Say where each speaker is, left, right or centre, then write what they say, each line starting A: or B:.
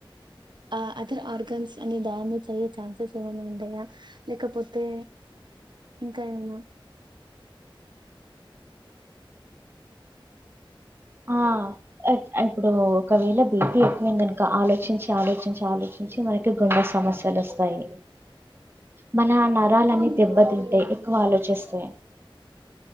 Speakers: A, on the right; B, on the right.
A: ఆ అదర్ ఆర్గన్స్ అని డ్యామేజ్ అయ్యే ఛాన్సెస్ ఏమైనా ఉంటయా లేకపోతే ఇంకా ఏమైనా
B: ఆ ఇప్పుడు ఒకవేళ బీపీ ఎక్కువ అయింది అనుకో ఆలోచించి ఆలోచించి ఆలోచిం చి మనకి గుండె సమస్యలు వస్తాయి మన నరాలన్నీ
A: ఇప్పుడు మీరు
B: దెబ్బతింటాయ్
A: బాగు
B: ఎక్కువ ఆలోచిస్తే